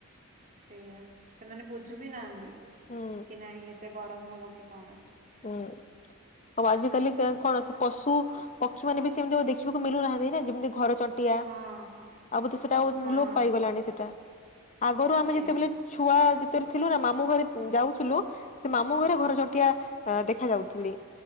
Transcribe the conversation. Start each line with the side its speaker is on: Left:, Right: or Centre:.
Right: ସେଇଆ ସେମାନେ ବୁଝୁ ବିି ନାହାନ୍ତି
Left: ହୁଁ
Right: କି ନାଇଁ ଏତେ ଗରମ ହବ କି କଣ?
Left: ହୁଁ। ଆଉ ଆଜିକାଲି କଣ ପଶୁ ପକ୍ଷୀ ମାନେ ବି ସେମିତି ଦେଖିବାକୁ ମିଲୁନାହାଁନ୍ତି ନା ଯେମିତି ଘର ଚ ଟିଆ
Right: ହଁ
Left: ଆଉ ବୋଧେ ସେଟା ଆଉ
Right: ହଁ
Left: ଲୋପ ପାଇଗଲାଣି ସେଟା ଆଗରୁ ଆମେ
Right: ସେଇଆ
Left: ଯେତେବେଳେ ଛୁଆ ଯେତେବେଳେ ଥିଲୁ ନା ମାମୁଁ ଘରେ ଯାଉଥିଲୁ ସେ ମାମୁଁ ଘରେ ଘରଚଟିଆ ଦେଖା ଯାଉଥିଲେ